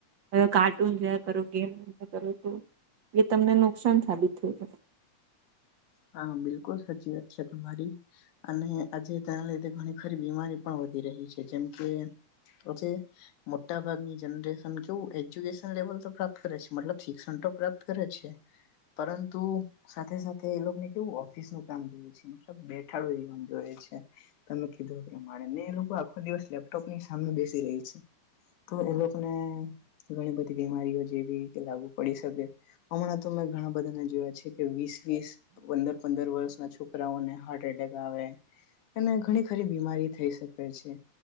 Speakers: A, on the right; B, on the left.
A: હ કાર્ટૂન જોયા કરો ગેમ કરો તો એ તમને નુકસાન સાબિત થયું છે.
B: હા બિલકુલ સાચી વાત છે તમારી અને આજે તેના લીધે ઘણી ખરી બીમારી પણ વધી રહી છે જેમ કે. પછી. મોટા ભાગની જનરેશન કેવું એજ્યુકેશન લેવલ તો પ્રાપ્ત કરે છે મતલબ શિક્ષણ તો પ્રાપ્ત કરે છે. પરંતુ સાથે સાથે એ લોકો ને કેવું ઓફિસ નું કામ જોયએ છે મતલબ બેઠાડું જીવન જોયએ છે તમે કીધું માણે ને એ લોકો આખો દિવસ લેપટોપની સામે બેસી રહી છે. તો એ લોકોને ઘણી બધી બીમારીઓ જેવી કે લાગુ પડી શકે. હમણાં તો મેં ઘણા બધાને જોયા છે કે વીસ વીસ પંદર પંદર વર્ષના છોકરાઓને હાર્ટ એટેક આવે અને ઘણી ખરી બીમારી થઈ શકે છે